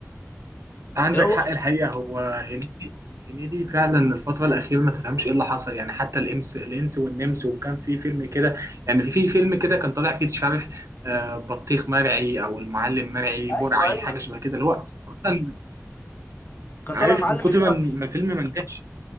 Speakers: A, on the right (about 65°); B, on the left (about 40°).
A: عندك
B: اللي هو
A: حق
B: أب...
A: الحقيقة هو هنيدي هنيدي فعلا الفترة الأخيرة ما تفهمش إيه اللي حصل يعني حتى الإمس الإنس والنمس وكان في فيلم كده يعني في في فيلم كده كان طالع فيه مش عارف آه، بطيخ مرعي أو المعلم مرعي
B: ايوه
A: برعي
B: ايوه
A: حاجة
B: الفيلم
A: شبه كده اللي هو أصلا
B: كان
A: عارف
B: طالع معلم
A: من كتر
B: بيبيع
A: ما ما
B: بطيخ
A: الفيلم ما نجحش